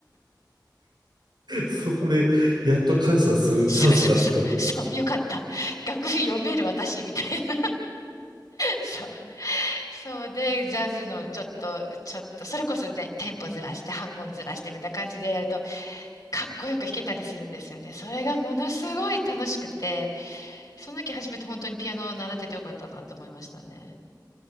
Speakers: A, on the right; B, on the left.
A: そこで、やっと感謝するチャンスがあったの。
B: そうそうそう、そう、よかった。楽譜読める私みたいな。そう。そうで、ジャズのちょっと、ちょっと、それこそね、テンポずらして、半音ずらしてみたいな感じでやると、かっこよく弾けたりするんですよね。それがものすごい楽しくて、その時初めて本当にピアノを習っててよかったなって思いましたね。